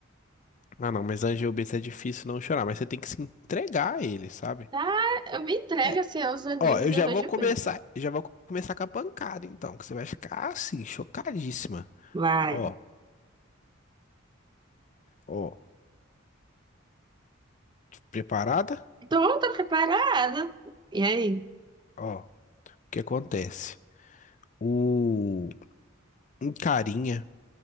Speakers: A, on the left; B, on the right.
A: Ah, não, mas Angel Beats é difícil não chorar, mas você tem que se entregar a ele, sabe?
B: Tá, eu me entrego
A: É,
B: assim aos animes
A: ó, eu
B: e
A: já
B: eu vejo
A: vou começar,
B: bem.
A: eu já vou começar com a pancada, então, que você vai ficar assim, chocadíssima.
B: Vai.
A: Ó, ó, preparada?
B: Tô, tô preparada. E aí?
A: Ó, o que acontece? O um carinha.